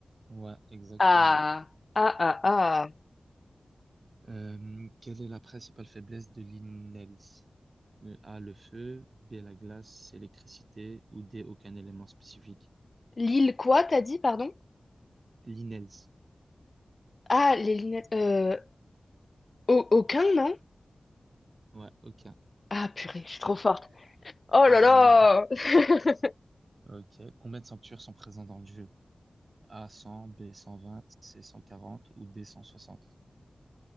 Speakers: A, on the right (about 60°); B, on the left (about 45°).
A: Ouais, exactement.
B: Ah, ah, ah, ah.
A: Euh, quelle est la principale faiblesse de l'INELS? Le A, le feu, B, la glace, C, l'électricité ou D, aucun élément spécifique.
B: L'île quoi, t'as dit, pardon?
A: L'INELS.
B: Ah, les lunettes. Euh, au- aucun, non?
A: Ouais, aucun.
B: Ah, purée, je suis
A: Eh,
B: trop forte. Oh
A: t'as
B: là
A: joué
B: là!
A: beaucoup.
B: <laughs>
A: Ok. Combien de sanctuaires sont présents dans le jeu? A, 100, B, 120, C, 140 ou D, 160?